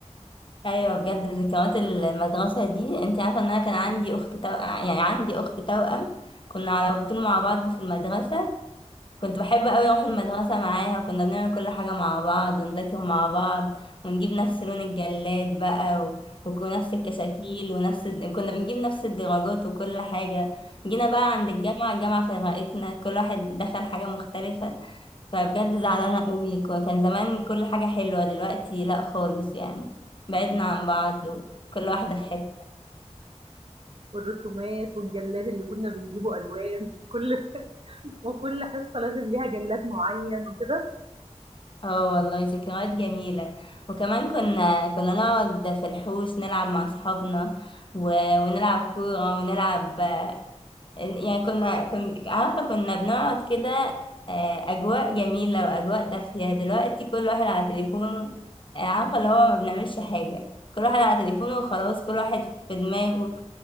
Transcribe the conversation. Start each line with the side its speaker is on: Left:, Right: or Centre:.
Left: ايوه بجد ذكريات المدرسه دي انت عارفه ان انا كان عندي اخت توأم يعني عندي اخت توأم كنا على طول مع بعض في المدرسه كنت بحب قوي اروح المدرسه معاها وكنا بنعمل كل حاجه مع بعض ونذاكر مع بعض ونجيب نفس لون الجلاد بقى و... ونفس الكشاكيل ونفس الد- كنا بنجيب نفس الدرجات وكل حاجه جينا بقى عند الجامعه الجامعه فرقتنا كل واحد دخل حاجه مختلفه فبجد زعلانة قوي كو- كان زمان كل حاجة حلوة دلوقتي لا خالص يعني بعدنا عن بعض وكل واحدة في حتة
Right: والرسومات والجلاد اللي كنا بنجيبه ألوان كل <laughs> وكل حصة لازم ليها جلاد معين وكده
Left: اه والله ذكريات جميلة وكمان كنا كنا نقعد في الحوش نلعب مع أصحابنا و... ونلعب كورة ونلعب يعني كنا كنت عارفة كنا بنقعد كده آه، أجواء جميلة وأجواء دافية دلوقتي كل واحد على تليفونه آه، عارفة اللي هو ما بنعملش حاجة كل واحد على تليفونه وخلاص كل واحد في دماغه